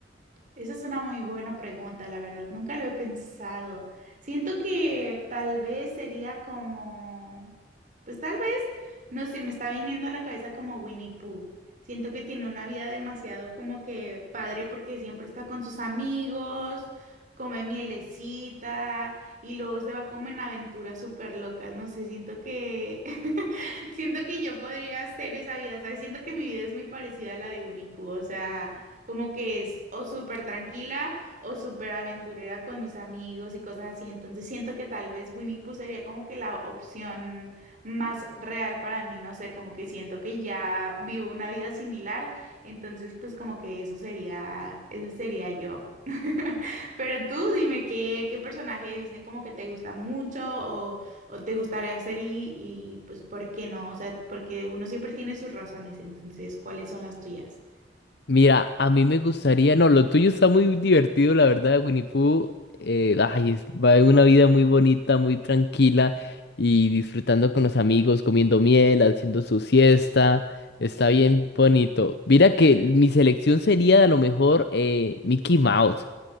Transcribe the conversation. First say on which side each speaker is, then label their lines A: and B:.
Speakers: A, on the right (about 45°); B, on the left (about 65°).
A: Esa es una muy buena pregunta, la verdad. Nunca lo he pensado. Siento que tal vez sería como, pues tal vez, no sé, me está viniendo a la cabeza como Winnie Pooh. Siento que tiene una vida demasiado como que padre porque siempre está con sus amigos, come mielecita y luego se va como en aventuras súper locas. No sé, siento que, <laughs> siento que yo podría hacer esa vida, ¿sabes? Siento que mi vida es muy parecida a la de Winnie Pooh, o sea como que es o súper tranquila o súper aventurera con mis amigos y cosas así. Entonces siento que tal vez Winnie Pooh sería como que la opción más real para mí, no sé, como que siento que ya vivo una vida similar, entonces pues como que eso sería, eso sería yo. <laughs> Pero tú dime qué, qué personaje de Disney como que te gusta mucho o, o te gustaría hacer y, y pues por qué no, o sea, porque uno siempre tiene sus razones, entonces, ¿cuáles son las tuyas?
B: Mira, a mí me gustaría, no, lo tuyo está muy divertido, la verdad, Winnie Pooh, eh, ay, es- va en una vida muy bonita, muy tranquila y disfrutando con los amigos, comiendo miel, haciendo su siesta, está bien bonito. Mira que mi selección sería a lo mejor eh, Mickey Mouse.